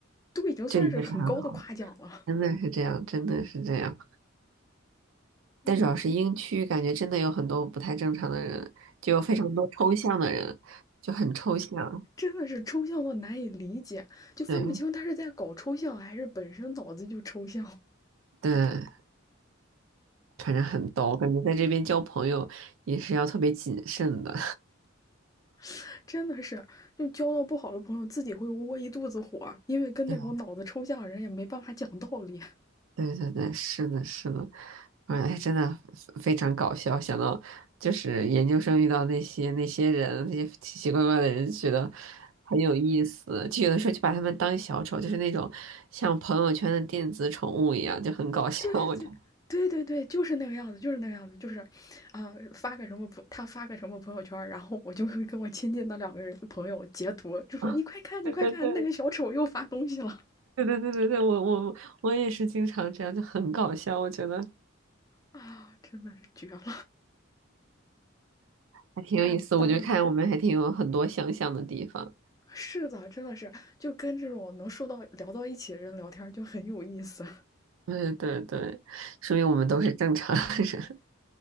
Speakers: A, on the left (about 15°); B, on the right (about 75°).
A: 都已经算是很高的夸奖了。
B: 这已经是很好了，真的是这样，真的是这样。
A: 嗯，
B: 但主要是英区，感觉真的有很多不太正常的人，就有非常多抽象的人，就很抽象。
A: <laughs> 真的是抽象到难以理解，就分不清他是在搞抽象还是本身脑子就抽象。
B: 对对，反正很逗，感觉在这边交朋友也是要特别谨慎的。
A: <laughs> 真的是，就交到不好的朋友，自己会窝一肚子火，因为跟那种脑子抽象的人也没办法讲道理。
B: <laughs> 对对对，是的，是的，哎，真的非常搞笑。想到就是研究生遇到那些那些人，那些奇奇怪怪的人，觉得很有意思。就有的时候就把他们当小丑，就是那种像朋友圈的电子宠物一样，就很搞笑。
A: 对对对对对，
B: 我就
A: 就是那个样子，就是那个样子，就是，啊、发个什么朋，他发个什么朋友圈儿然后我就会跟我亲近的两个人朋友截图，
B: <laughs>
A: 就说你快看，
B: 啊，对对对
A: 你快看，那个小丑又发东西了
B: 对对对对对我我我也是经常这样，就很搞笑。我觉得
A: 啊，真的是绝了。
B: 还挺有意思。
A: 好的，
B: 我觉得看我们还挺有很多相像的地方。
A: 是的，真的是，就跟这种能说到聊到一起的人聊天儿就很有意思。<laughs>
B: 对对对，说明我们都是正常人，